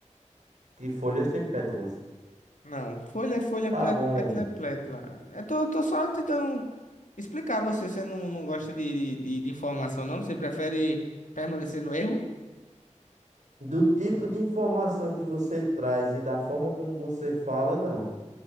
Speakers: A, on the right; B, on the left.
A: Que folhas tem pétalas.
B: Não, folha é folha,
A: Tá
B: plé-
A: bom.
B: pétala é pétala. Eu tô, tô só tentando explicar a você. Você não, não gosta de, de, de informação, não? Você prefere permanecer no erro?
A: Do tipo de informação que você traz e da forma como você fala, não.